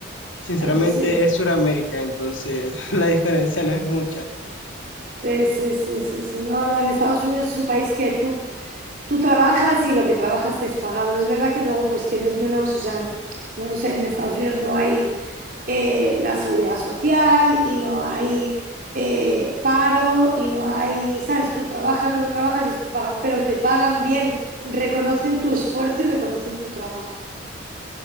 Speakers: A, on the left; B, on the right.
A: sinceramente
B: Allí se...
A: es Sudamérica, entonces <laughs> la diferencia no es mucha.
B: Sí, sí, sí, sí, sí. No, no, en Estados Unidos es un país que tú, tú trabajas y lo que trabajas te es pagado. Es verdad que luego pues tienes menos, o sea, no lo sé, en Estados Unidos no hay eh, la seguridad social y no hay eh, paro y no hay, ¿sabes? Tú trabajas lo que trabajas y eso te pagan, pero te pagan bien, reconocen tu esfuerzo y reconocen tu trabajo.